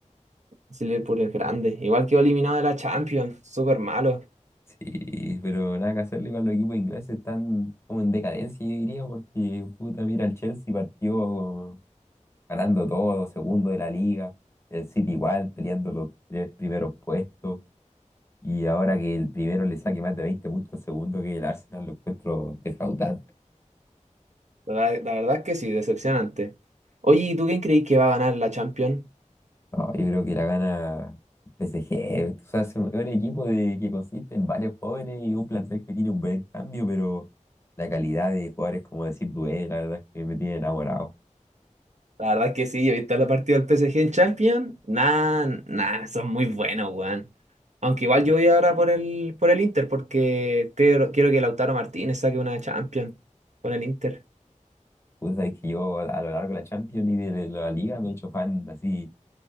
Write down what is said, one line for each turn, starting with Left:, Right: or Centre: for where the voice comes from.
Right: Sí, Liverpool es grande. Igual quedó eliminado de la Champions. Súper malo.
Left: Sí, pero nada que hacerle, igual los equipos ingleses están como en decadencia, yo diría, porque puta, mira, el Chelsea partió ganando todo, segundo de la liga, el City igual, peleando los tres primeros puestos, y ahora que el primero le saque más de 20 puntos al segundo que el Arsenal, lo encuentro defraudado.
Right: La, la verdad es que sí, decepcionante. Oye, ¿y tú quién creís que va a ganar la Champions?
Left: No, yo creo que la gana PSG. O sea, es un es un equipo de, que consiste en varios jóvenes y un plantel que tiene un buen cambio, pero la calidad de jugadores, como decir, Dué, la verdad es que me tiene enamorado.
Right: La verdad que sí, ahorita los partidos del PSG en Champions, nada, nada, son muy buenos, weón. Aunque igual
Left: Y,
Right: yo voy ahora por el, por el Inter, porque creo, quiero que Lautaro Martínez saque una Champions con el Inter.
Left: puta, es que yo a, a lo largo de la Champions y de la Liga me he hecho fan así